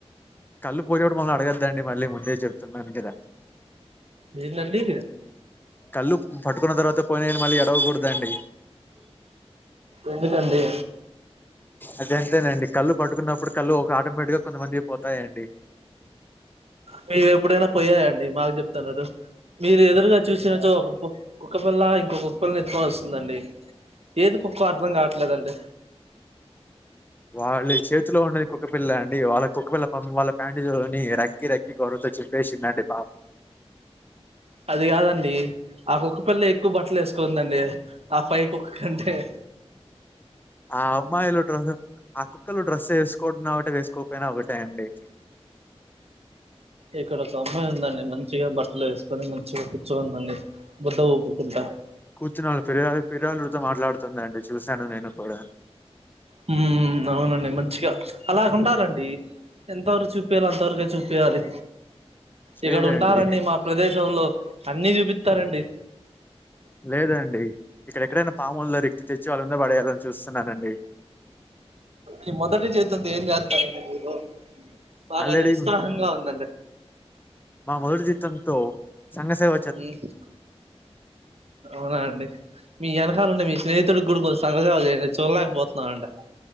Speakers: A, on the left; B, on the right.
A: కళ్ళు పోయిన కూడా మమ్మల్ని అడగద్దండి మళ్ళీ ముందే చెప్తున్నాను కదా
B: లేదండి
A: కళ్ళు పట్టుకున్న తర్వాత పోయినాయని మళ్ళీ ఎడవకూడదండి
B: ఎంటిదండీ
A: అద అంతేనండి కళ్ళు పట్టుకున్నప్పుడు కళ్ళు ఒక ఆటోమేటిక్గా కొంతమందివి పోతాయండి
B: మీవి ఎప్పుడైనా పోయాయండి మాకు చెప్తున్నారు మీరు ఎదురుగా చూసి చిజు ఒక ఒక పల్ల ఇంకొకొక్క పిల్లని వెతుక్కోవల్సిందేనండి ఏది కుక్కో అర్ధం కాట్లేదండి
A: వాళ్ళు చేతిలో ఉన్నది కుక్కపిల్ల అండి వాళ్ళ కుక్కపిల్ల పాపం వాళ్ళ లాంటిది కొని రక్కి రక్కి గొరుతో చిపేసిందండి పా
B: అది కాదండి ఆ కుక్క పిల్ల ఎక్కువ బట్టలు వేసుకోందండి ఆ పై కుక్క కంటే
A: ఆ అమ్మాయిలు డ్రస్ ఆ కుక్కలు డ్రెస్ వేసుకో ఒకటె వేసుకోకపోయినా ఒకటేనండి
B: ఇక్కడ ఒకమ్మాయి ఉందండి మంచిగ బట్టలు వేసుకొని మంచిగ కూర్చోనీ ఉందండి బుడ్డు ఊప్కుంటా
A: కూర్చు వాళ్ళియా ఫిర్యాళ్తో మాట్లాడుతుందండి చూశాను నేను కూడా
B: హూ అవునండి మంచిగా అలాగ ఉండాలండి ఎంతవరకు చూపియ్యాలో అంతవరకే చూపియ్యాలి ఇక్కడ
A: లేదండి
B: ఉన్నారండి మా ప్రదేశంలో అన్ని చూపిస్తారండి
A: లేదండి ఇక్కడెక్కడైనా పాముల్లో రిక్తి తెచ్చి వాళ్ళ ముంద పడేయాలని చూస్తున్నానండి
B: ఈ మొదటి జీతంతో అంత ఏం జాస్తరండి మీరు బాగా
A: ఆల్రెడీ
B: అది ఉత్సాహంగ ఉందండి
A: మా మొదటి జీతంతో సంగ సేవ
B: ఊహు అవునా అండి మీ వెనకాలండి మీ స్నేహితుడికి గుడికి వస్తున్నాడు కదా చూడలేకపోతున్నా అండి